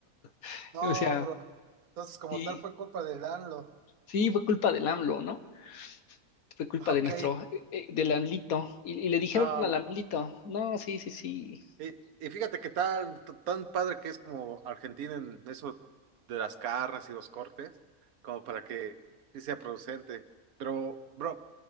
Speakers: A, on the left; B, on the right.
A: <laughs>
B: No,
A: O sea,
B: bro. Entonces, como
A: sí,
B: tal, fue culpa de Danlo.
A: sí, fue culpa del AMLO, ¿no? Fue culpa
B: <laughs>
A: de nuestro,
B: Ok.
A: eh, eh, del AMLito. Y, y le dijeron
B: No,
A: al AMLito, no, sí, sí, sí,
B: Y, y fíjate que tan, t- tan padre que es como Argentina en eso de las carnes y los cortes, como para que sí sea producente. Pero, bro,